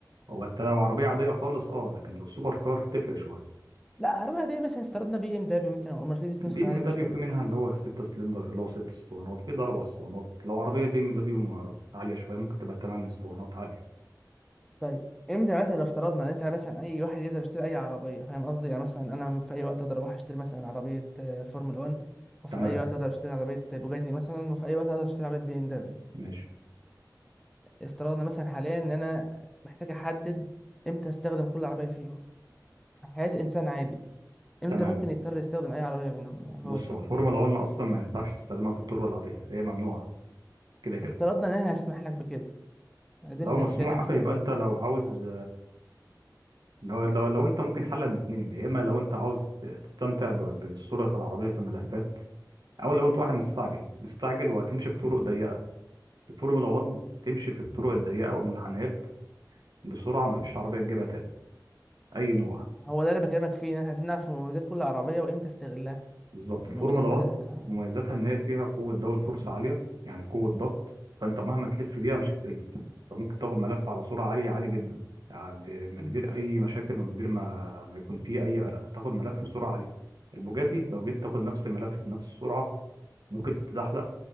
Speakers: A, on the right; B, in the centre.
A: هو انت لو عربيه عاديه خالص اه لكن لو سوبر كار تفرق شويه
B: لا عربية عادية مثلا افترضنا بي ام دبليو مثلا او مرسيدس نسخة
A: البي ام
B: عالية
A: دبليو
B: شوية
A: في منها اللي هو 6 سلندر اللي هو 6 اسطوانات في الاربع اسطوانات لو عربيه بي ام دبليو عاليه شويه ممكن تبقى 8 اسطوانات عادي
B: طيب امتى مثلا لو افترضنا ان انت مثلا اي واحد يقدر يشتري اي عربية فاهم قصدي يعني مثلا انا في اي وقت اقدر اروح اشتري مثلا عربية آه، فورمولا 1 وفي
A: تمام
B: اي وقت اقدر اشتري عربية بوجاتي مثلا وفي اي وقت اقدر اشتري عربية بي ام دبليو
A: ماشي
B: افترضنا مثلا حاليا ان انا محتاج احدد امتى استخدم كل عربية فيهم في حياة انسان عادي امتى
A: تمام
B: ممكن يضطر يستخدم اي عربية منهم يعني بوجهة
A: بصوا
B: نظري
A: الفورمولا 1 اصلا ما ينفعش تستخدمها في الطرق العاديه هي ممنوعه كده كده
B: افترضنا ان انا هسمح لك بكده عايزين
A: لو
B: نتكلم
A: مسموح
B: شوية
A: آه، يبقى
B: برضو
A: انت لو عاوز لو لو, لو انت ممكن حل من اتنين يا اما لو انت عاوز تستمتع ب- بالصوره العربيه في ملفات او لو انت واحد مستعجل مستعجل وهتمشي في طرق ضيقه الفورمولا 1 تمشي في الطرق الضيقه والمنحنيات بسرعه مفيش عربيه تجيبها تاني اي نوع
B: هو ده اللي أنا بكلمك فيه إن إحنا عايزين نعرف مميزات كل عربية وإمتى استغلها
A: بالظبط
B: المميزات
A: الفورمولا 1
B: بتاعتها
A: مميزاتها ان هي فيها قوه داون فورس عاليه يعني قوه ضغط فانت مهما تلف بيها مش هتتقلب انت ممكن تاخد ملف على سرعه عاليه عاليه جدا يعني ب- من
B: م.
A: غير اي مشاكل ومن غير ما ما يكون فيه اي قلق تاخد ملف بسرعه عاليه البوجاتي لو جيت تاخد نفس الملف بنفس السرعه ممكن تتزحلق